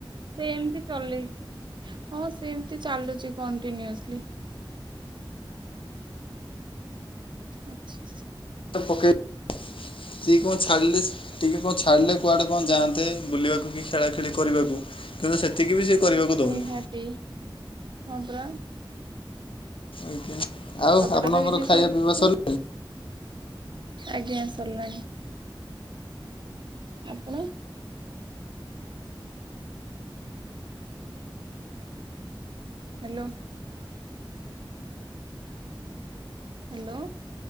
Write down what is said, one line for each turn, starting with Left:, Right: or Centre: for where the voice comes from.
Right: ସେମିତି ଚଲେଇଛି ହଁ ସେମତି ଚାଲୁଛି କଣ୍ଟିନ୍ୟୁଅସ୍ଲି। ଆଚ୍ଛା।
Left: ପକେଇ ସେ କଣ ଛାଡ଼ିଲେ ଟିକେ କଣ ଛାଡ଼ିଲେ କୁଆଡେ କଣ ଯାଆନ୍ତେ ବୁଲିବାକୁ କି ଖେଳା ଖେଳି କରିବାକୁ। କିନ୍ତୁ ସେତିକି ବି ସେ କରିବାକୁ ଦଉନି।
Right: ନିହାତି ହଁ ପରା
Left: ଆଜ୍ଞା
Right: ଲୁଗାପଟା
Left: ଆଉ ଆପଣଙ୍କର
Right: ତ କିଛି
Left: ଖାଇବା
Right: ଶୁଭୁନି
Left: ପିଇବା ସ
Right: ଆଜ୍ଞା ସରିଲାଣି। ଆପଣ। ହାଲୋ। ହାଲୋ।